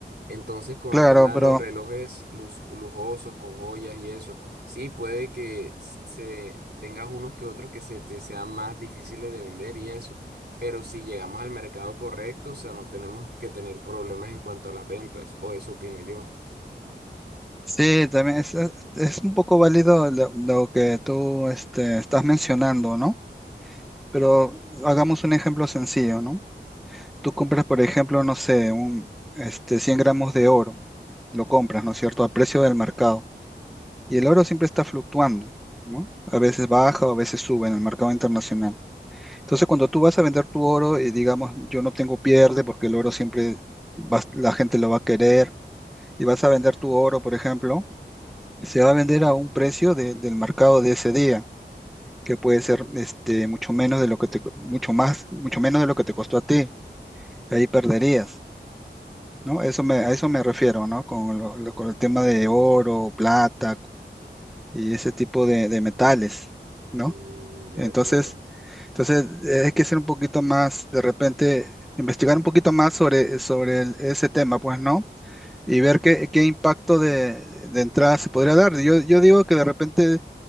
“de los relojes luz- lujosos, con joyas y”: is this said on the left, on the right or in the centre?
Right